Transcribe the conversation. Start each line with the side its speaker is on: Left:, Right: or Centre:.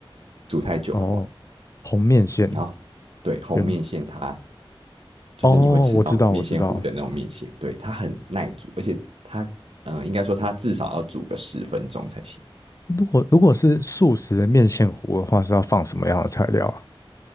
Right: 煮太久的话。
Left: 哦，红面线
Right: 然后对，红面线它
Left: 跟
Right: 就是你会吃到面线糊的那种面线，
Left: 哦，我知道我知道。
Right: 对，它很耐煮，而且它，嗯，应该说它至少要煮个十分钟才行。
Left: 如果如果是素食的面线糊的话，是要放什么样的材料啊？